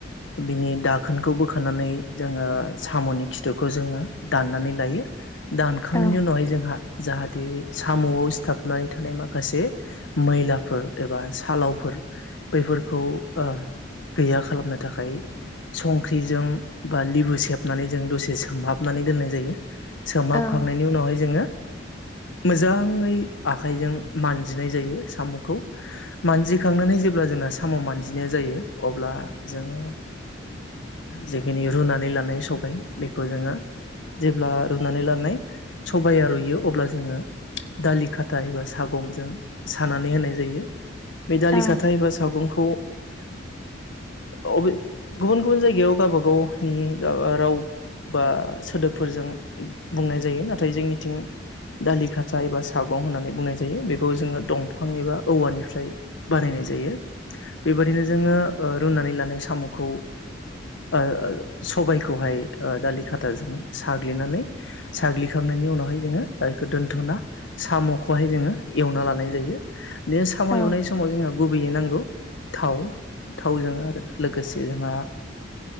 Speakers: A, on the left (about 75°); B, on the left (about 15°).
A: बिनि दाखोनखौ बोखानानै जोङो साम'नि खिथुखौ जोङो दाननानै लायो दानखांनायनि
B: औ
A: उनावहाय जोंहा जाहाथे साम' सिथाबनानै थानाय माखासे मैलाफोर एबा सालावफोर बैफोरखौ ओ गैया खालामनो थाखाय संख्रिजों बा लिबु सेबनानै जों दसे सोमहाबनानै दोननाय जायो सोमहाबखांनायनि
B: औ
A: उनावहाय जोङो मोजाङै आखाइजों मानजिनाय जायो साम'खौ मानजिखांनानै जेब्ला जोंना साम' मानजिनाया जायो अब्ला जोङो जिखिनि रुनानै लानाय सबाय बेखौ जोङो जेब्ला रुनानै लानाय सबाया रुइयो अब्ला जोङो दालि खाथा एबा सागंजों सानानै होनाय जायो बे दालि
B: औ
A: खाथा एबा सागंखौ औ गुबुन गुबुन जायगायाव गावबागावनि राव बा सोदोबफोरजों बुंनाय जायो नाथाय जोंनिथिं दालि खाथा एबा सागं होननानै बुंनाय जायो बेखौ जोङो दंफां एबा औवानिफ्राय बानायनाय जायो बेबायदिनो जोङो रुनानै लानाय साम'खौ ओ सबायखौहाय दालि खाथाजों साग्लिनानै साग्लिखांनानै उनावहाय जोङो दा बेखौ दोनथ'ना साम'खौहाय जोङो एवना लानाय जायो बे साम'
B: औ
A: एवनाय समाव जोङो गुबैयै नांगौ थाव थावजों आरो लोगोसे जोंहा